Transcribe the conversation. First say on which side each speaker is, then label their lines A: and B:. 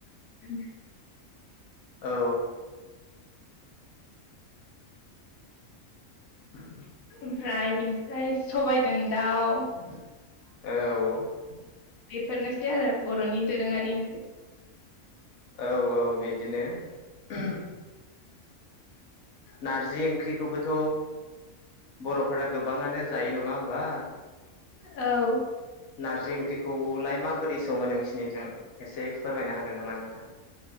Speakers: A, on the left; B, on the left.
A: <inaudible>
B: औ <inaudible>
A: ओमफ्राय बिनिफ्राय सबायजों दाउ
B: औ
A: बेफोरनोसै आरो बर'नि दोरोङारि ओंख्रि
B: औ औ बिदिनो ओम नारजि ओंख्रिखौबोथ' बर'फोरा गोबाङानो जायो नङा होमबा‌
A: औ
B: नारजि ओंख्रिखौलाय माबोरै सङो नोंसिरनिथों एसे फोरमायनो हागोन नामा नोंथां?